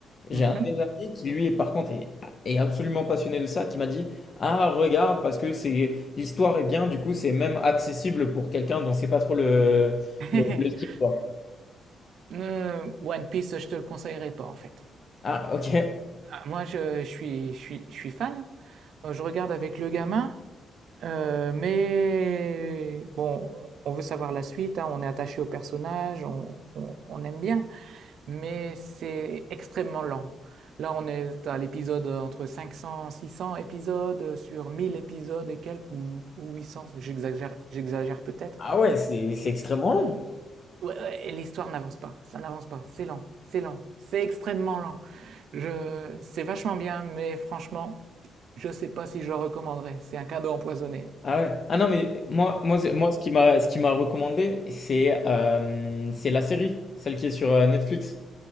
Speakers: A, on the left; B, on the right.
A: j'ai
B: Mhm.
A: un de mes amis qui, lui, est, par contre, est, est absolument passionné de ça, qui m'a dit, ah, regarde, parce que c'est l'histoire est bien, du coup, c'est même accessible pour quelqu'un dont c'est pas trop le,
B: <laughs>
A: le, le style, quoi.
B: Euh, One Piece, je te le conseillerais pas en fait.
A: Ah, ok.
B: Moi, je, je suis, je suis, je suis fan. Euh, Je regarde avec le gamin, euh, mais bon, on veut savoir la suite. hein, on est attaché au personnage, on, on, on aime bien, mais c'est extrêmement lent. Là, on est à l'épisode entre cinq cents, six cents épisodes sur 1000 épisodes et quelques ou, ou 800. J'exagère, j'exagère peut-être.
A: Ah ouais, c'est c'est extrêmement long.
B: Ouais, ouais, et l'histoire n'avance pas, ça n'avance pas, c'est lent, c'est lent, c'est extrêmement lent. Je, c'est vachement bien, mais franchement, je sais pas si je le recommanderais. C'est un cadeau empoisonné.
A: Ah ouais. Ah non, mais moi, moi, c'est- moi ce qui m'a ce qui m'a recommandé, c'est euh, c'est la série, celle qui est sur euh, Netflix.